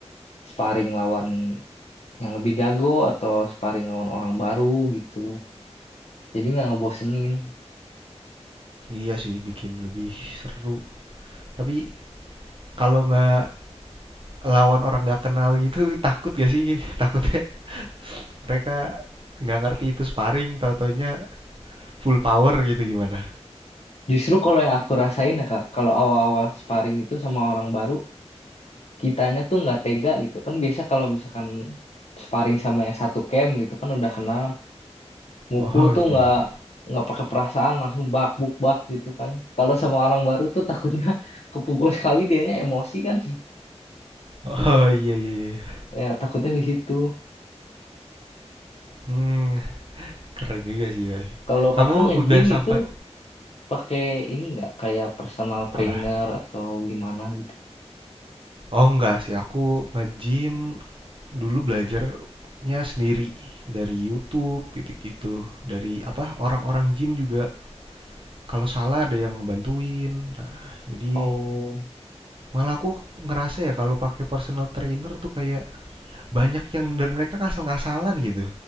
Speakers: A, on the left; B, on the right.
A: sparring lawan yang lebih jago atau sparring lawan orang baru gitu jadi nggak ngebosenin
B: Iya sih, bikin lebih seru. Tapi kalau nggak lawan orang nggak kenal gitu, <laughs> takut gak sih? <laughs> Takutnya mereka nggak ngerti itu sparring, tau-taunya full power gitu gimana?
A: justru kalau yang aku rasain ya kak kalau awal-awal sparring itu sama orang baru kitanya tuh nggak tega gitu kan biasa kalau misalkan sparring sama yang satu camp gitu kan udah kenal mukul
B: Oh
A: tuh
B: iya,
A: nggak
B: iya.
A: nggak pakai perasaan langsung bak buk bak gitu kan kalau sama orang baru tuh takutnya <laughs> kepukul sekali dianya emosi kan
B: Oh iya, iya. iya.
A: <laughs> ya takutnya di situ
B: Hmm, Keren juga sih tapi.
A: kalau kakak
B: Kamu
A: nge-gym
B: udah sampai
A: itu pakai ini nggak kayak personal trainer
B: apa tuh?
A: atau gimana gitu
B: Oh enggak sih, aku nge-gym dulu belajarnya sendiri dari YouTube gitu-gitu, dari apa orang-orang gym juga. Kalau salah ada yang ngebantuin. Nah, jadi
A: oh
B: malah aku ngerasa ya kalau pakai personal trainer tuh kayak banyak yang dari mereka ngasal-ngasalan gitu.